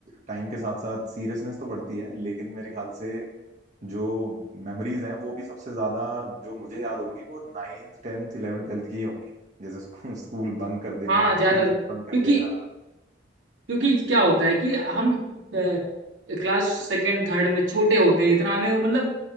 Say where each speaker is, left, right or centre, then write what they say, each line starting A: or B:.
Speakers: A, on the right (about 40°); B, on the right (about 80°).
A: टाइम के साथ साथ सीरियसनेस तो बढ़ती है लेकिन मेरे ख्याल से जो मेमोरीज हैं वो भी सबसे ज्यादा जो मुझे याद होंगी वो नाइन्थ टेंथ इलेवेंथ ट्वेल्थ की ही होंगी जैसे स्कूल स्कूल बंक कर देना
B: हाँ ज्यादा
A: ट्यूशन
B: क्योंकि
A: बंक कर देना
B: क्योंकि क्या होता है कि हम क्लास सेकंड थर्ड में छोटे होते हैं इतना हमें वो मतलब